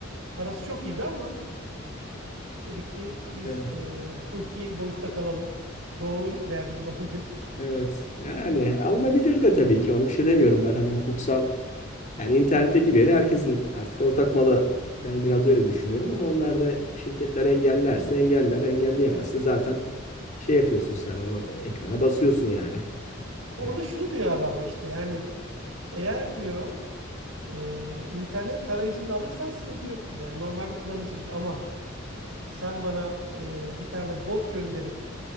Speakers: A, on the right (about 85°); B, on the left (about 40°).
A: parası çok iyiydi ama dedik ki biz
B: Evet.
A: e, hukuki boyutta kalalım. Doğru derdi duralım <laughs> dedik.
B: Evet. Yani alınabilir de tabii ki onu bir şey demiyorum ben hani hukuksal yani internetteki veri herkesin artık ortak malı ben biraz öyle düşünüyorum ama onlar da şirketler engellerse engeller engelleyemezse zaten şey yapıyorsun sen onu ekrana basıyorsun yani.
A: Orada
B: E,
A: şunu diyor abi ama işte yani eğer diyor Ee, internet tarayıcını alırsan sıkıntı yoktu. Yani normal bir kullanıcı gibi ama sen bana e, bir tane bot gönderip